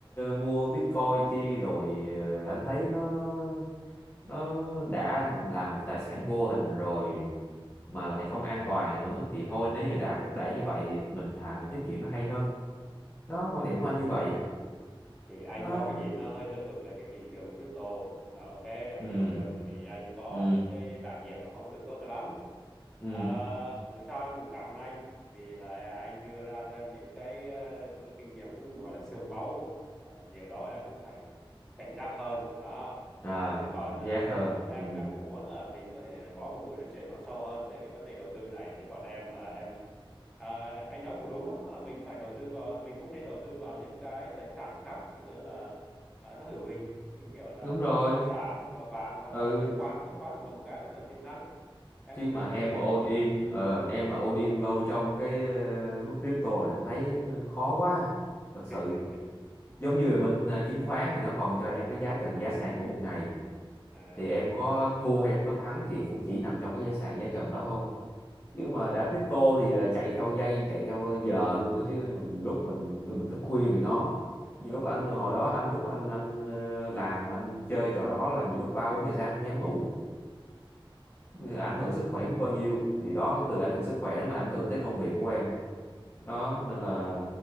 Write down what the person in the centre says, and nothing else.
thì anh
có cái nhìn nó hơi tiêu cực về cái thị trường crypto nhưng mà ok em
hiểu được tại vì anh có
những cái trải nghiệm nó không được tốt cho lắm
à, dù sao em cũng cảm ơn anh Tại vì là à, anh đưa ra cho em những cái, ờ, cái kinh nghiệm cũng gọi là xương máu à, nhờ đó em cũng phải cảnh giác hơn đó
chứ còn
ờ,
em
em cũng muốn là mình có thể có một buổi nói chuyện nó sâu hơn về cái vấn đề đầu tư này chứ còn em là em À, anh nói cũng đúng đó là mình phải đầu tư vào mình cũng nên đầu tư vào những cái tài sản khác ví dụ là à, nó hữu hình như kiểu là
bất động sản hoặc là vàng hoặc
là chứng khoán chứng khoán cũng là một cái rất là tiềm năng em
cũng
đang
tìm hiểu
<laughs>
à.
<laughs>